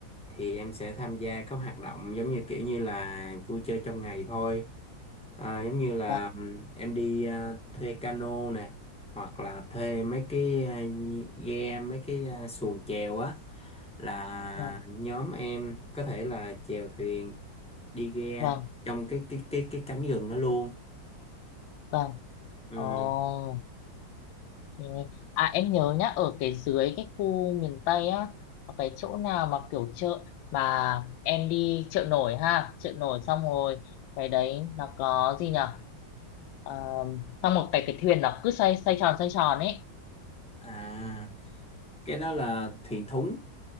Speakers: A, in the centre; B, on the left (about 85°).
A: thì em sẽ tham gia các hoạt động giống như kiểu như là vui chơi trong ngày thôi à, giống như là
B: Vâng,
A: ừm, em đi à, thuê cano nè hoặc là thuê mấy cái à, ghe mấy cái à, xuồng chèo á là
B: vâng,
A: nhóm em có thể là chèo thuyền đi ghe
B: vâng,
A: trong cái cái cái cái cánh rừng đó luôn
B: vâng.
A: ừ.
B: Ồ, ok. À em nhớ nhá, ở cái dưới cái khu miền Tây á, có cái chỗ nào mà kiểu chợ mà em đi chợ nổi ha, chợ nổi xong rồi cái đấy nó có gì nhở? Ờ, xong một cái cái thuyền nó cứ xoay xoay tròn xoay tròn ấy.
A: à cái đó là thuyền thúng